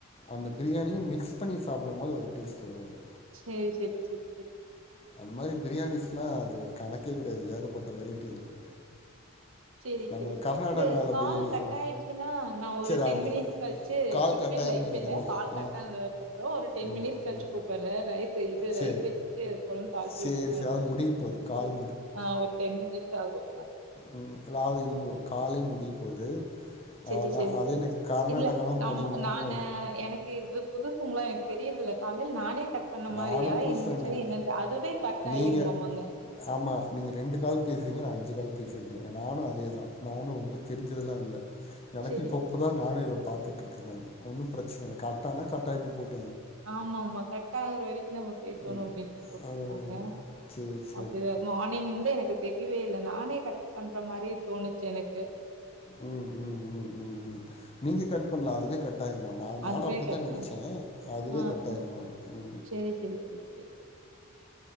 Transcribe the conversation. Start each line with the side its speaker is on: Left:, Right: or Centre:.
Left: அந்த பிரியாணியும் மிக்ஸ் பண்ணி சாப்பிடும் போது ஒரு டேஸ்ட் வருரும்து
Right: சரி சரி சரி சரி
Left: அந்த மாதிரி பிரியாணிஸ் எல்லாம் அது கணக்கே கிடையாது ஏகப்பட்ட வெரைட்டி இருக்கு
Right: சரி
Left: நம்ம
Right: சரி
Left: கர்நாடகால
Right: இது கால்
Left: பிரியாணிஸா
Right: கட் ஆயிடுச்சுன்னா நான் ஒரு
Left: சரி
Right: டென்
Left: அவ்ளோதா
Right: மினிட்ஸ் கழிச்சு
Left: கால்
Right: இப்ப
Left: கட்டாயிருன்னு
Right: இல்ல இப்ப
Left: நெனைக்க
Right: இல்ல
Left: இன்னு
Right: கால்
Left: ஆ
Right: கட் ஆனதுக்கு அப்புறம் ஒரு டென்
Left: ம்
Right: மினிட்ஸ் கழிச்சு
Left: ம்
Right: கூப்பிடுறேன் ரைஸ் இது
Left: சேரி
Right: ரைஸ் வச்சுட்டு தி
Left: சேரி
Right: வட்டு
Left: சேரி அது முடிய போது கால்
Right: வ ஒரு டென் மிட <unintelligible>
Left: உம் <unintelligible> காலே முடியு போது
Right: சரி
Left: அதா
Right: சரி
Left: அதே
Right: சரி
Left: எனக்கு கர்நாடகாலா
Right: இல்ல ந
Left: போனீங்கன்னா
Right: நான எனக்கு இது புதுசுங்களாம் எனக்கு <unintelligible> நானே கட் பண்ண
Left: நானும்
Right: மாரியா
Left: பேசுவ
Right: இருந்துச்சா
Left: மிஸ்
Right: என்னன்னு அதுவே கட்
Left: நீங்க
Right: ஆயிருமாமாங்க
Left: ஆமா நீங்க ரெண்டு கால் பேசுறீங்க அஞ்சு கால் பேசியிருக்கேங்க நானும் அதே தான் நானும் ரொம்ப தெரிஞ்சதெலாம் இல்லை எனக்கு
Right: சேரி
Left: இப்ப
Right: சேரி
Left: இப்பதான் நானும் இத பாாரத்துுட்டு இருக்கே ஒன்னும் பிரச்சனை இல்லை <unintelligible> கயட்டி போடு
Right: ஆமா ஆமா கட்ட ஒரு வரைக்கும் நம்ம பேசணும்
Left: ம்
Right: அப்படின்னு போட்டிருக்காங்க
Left: ஆ சேரி சேரி
Right: அப்படிதான் மார்னிங்ந்து எனக்கு தெரியவே இ நானே கட் பண்ற மாதிரி தோணுச்சு எனக்கு
Left: ம் ம் ம் ம் ம் நீங்க கட் பண்ணல அதுவே கட் கட்டாயமா ந நானும்
Right: அதுவே
Left: அப்படித்தான்
Right: கேட்டே
Left: நினைச்சேன் அதுவே
Right: ஆ
Left: கட்டாயிரமா
Right: ஆ
Left: உ
Right: செரி செரி செரி செரி